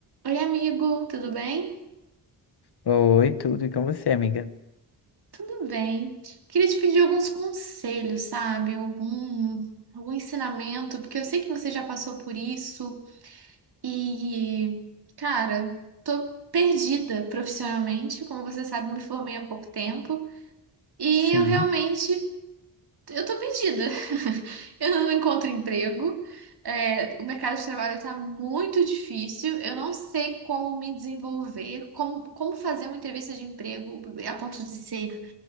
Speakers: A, on the right; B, on the left.
A: Oi, amigo, tudo bem?
B: Oi, tudo, e com você, amiga?
A: Tudo bem. Queria te pedir alguns conselhos, sabe? Algum, algum ensinamento, porque eu sei que você já passou por isso e, cara, tô perdida profissionalmente. Como você sabe, eu me formei há pouco tempo e
B: Sim.
A: eu realmente Eu tô perdida. <laughs> Eu não encontro emprego. É, o mercado de trabalho está muito difícil. Eu não sei como me desenvolver, como, como fazer uma entrevista de emprego a ponto de ser